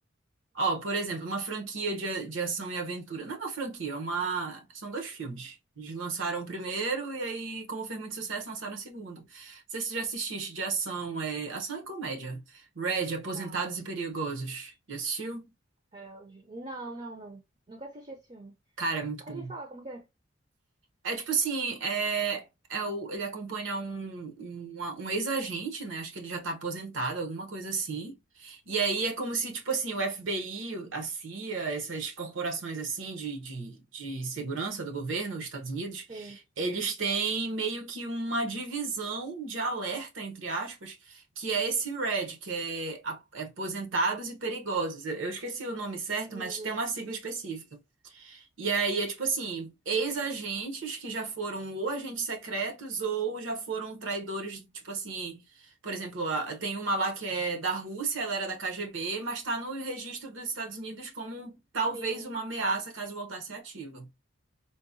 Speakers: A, on the right; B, on the right.
A: Ó, por exemplo, uma franquia de, a- de ação e aventura. Não é uma franquia, é uma... São dois filmes. Eles lançaram o primeiro e aí, como fez muito sucesso, lançaram o segundo. Não sei se você já assististe de ação, é... Ação e comédia. Red, Aposentados
B: Pá.
A: e Perigosos. Já assistiu?
B: É, eu ju- não, não, não. Nunca assisti esse filme.
A: Cara, é muito
B: Mas
A: bom.
B: me fala como que é.
A: É tipo assim, é, é o, ele acompanha um, um, um ex-agente, né? Acho que ele já tá aposentado, alguma coisa assim. E aí é como se, tipo assim, o FBI, a CIA, essas corporações assim de, de, de segurança do governo dos Estados Unidos,
B: Sim,
A: eles têm meio que uma divisão de alerta, entre aspas, que é esse RED, que é a- é aposentados e perigosos. Eu eu esqueci o nome certo,
B: meu
A: mas
B: Deus.
A: tem uma sigla específica. E aí é tipo assim, ex-agentes que já foram ou agentes secretos ou já foram traidores, tipo assim, por exemplo, a- tem uma lá que é da Rússia, ela era da KGB, mas tá no registro dos Estados Unidos como talvez
B: Sim,
A: uma ameaça caso voltasse ativa.